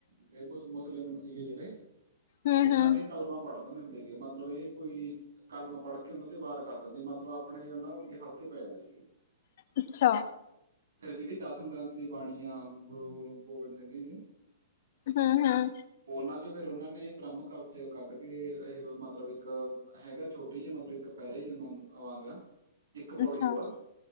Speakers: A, on the right; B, on the left.
A: ਇਹ ਮੁ ਮੁਸਲਿਮ ਸੀਗੇ ਜਿਹੜੇ
B: ਹਮ
A: ਸਿੱਖਾਂ
B: ਹਮ
A: ਤੇ ਕਲਮਾਂ ਪੜ੍ਹਦੇ ਹੁੰਦੇ ਮਤਲਬ ਇਹ ਕੋਈ ਕਲਮ ਪੜ੍ਹ ਕੇ ਉਹਨਾਂ ਤੇ ਵਾਰ ਕਰ ਦਿੰਦੇ ਮਤਲਬ ਆਪਣੇ ਉਹਨਾਂ ਅੱਗੇ ਹਲਕਾ ਕਿ ਪੈ ਜਾਂਦਾ ਸੀ।
B: ਅੱਛਾ
A: ਫਿਰ ਜਿਹੜੀ ਦਸਵਂ ਗ੍ਰੰਥ ਦੀ ਬਾਣੀ ਆ ਗੁਰੂ ਗੋਬਿੰਦ ਸਿੰਘ ਜੀ ਦੀ
B: ਹਮ-ਹਮ
A: ਉਹਨਾਂ ਚੋਂ ਫੇਰ ਉਹਨਾਂ ਨੇ ਬ੍ਰਹਮ ਕਵ ਚ' ਕੱਢ ਕੇ ਇਹ ਮਤਲਬ ਇੱਕ ਹੈਗਾ ਛੋਟੀ ਹੈ ਮਤਲਬ ਇੱਕ ਪਹਿਰੇ ਹੀ <unintelligible> ਇੱਕ ਪੌੜੀ
B: ਅੱਛਾ
A: ਉਹ ਆ।